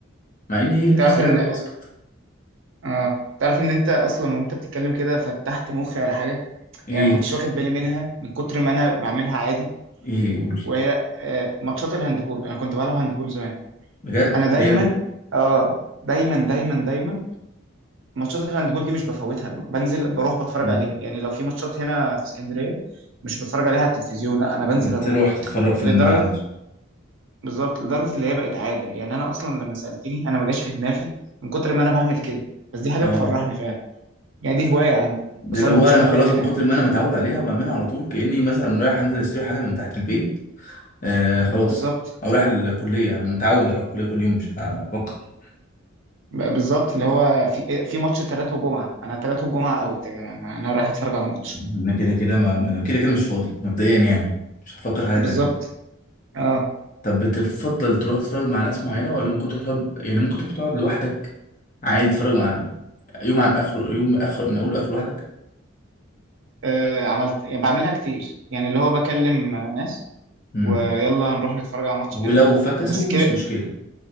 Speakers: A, on the left (about 40°); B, on the right (about 70°).
A: مع ان هي نفس
B: تعرف
A: لعبه
B: ان
A: الباسكت
B: اه تعرف ان انت اصلا وانت بتتكلم كده فتحت مخي على حاجه
A: ايه
B: يعني ما كنتش واخد بالي منها من كتر ما انا بعملها عادي
A: ايه قول
B: وهي آه ماتشات الهاندبول انا كنت بلعب هاندبول زمان
A: بجد
B: انا دايما
A: جامد
B: اه دايما دايما دايما ماتشات الهاندبول دي مش بفوتها ب- بنزل بروح بتفرج
A: مم.
B: عليها يعني لو في ماتشات هنا في اسكندريه مش بتفرج عليها على التلفزيون لا انا بنزل
A: مم.
B: اروح
A: تروح تتفرج في
B: لدرجه
A: الملعب نفسه
B: بالظبط لدرجه اللي هي بقت عاده يعني انا اصلا لما سالتني انا ما جاش في دماغي من كتر ما انا بعمل كده بس دي حاجه
A: اه
B: بتفرحني فعلا يعني دي هوايه عندي
A: ده
B: بس
A: اللي
B: انا
A: هو
B: ما كنتش
A: انا
B: واخد
A: خلاص
B: بالي منها
A: من كتر ما انا متعود عليها وبعملها على طول كاني مثلا رايح انزل اشتري حاجه من تحت البيت آه خلاص
B: بالظبط
A: او رايح الكليه انا متعود اروح الكليه كل يوم مش هفكر
B: ب- بالظبط اللي هو في في ماتش ثلاثة وجمعه انا ثلاثة وجمعه اوت يا جماعه انا رايح اتفرج على ماتش
A: انا كده كده ما كده كده مش فاضي مبدئيا يعني مش هفكر في حاجه
B: بالظبط
A: تانية
B: اه
A: طب بتفضل تروح تتفرج مع ناس معينة ولا ممكن تروح تقعد يعني ممكن تروح تقعد لوحدك عادي تتفرج مع يوم عن آخره يوم من آخره من أول لآخره لوحدك
B: آه، عملت يعني بعملها كتير يعني اللي هو بكلم آه، ناس
A: امم
B: ويلا نروح نتفرج على ماتش
A: ولو
B: كذا
A: فكسوا
B: بس
A: مش
B: كده
A: مشكلة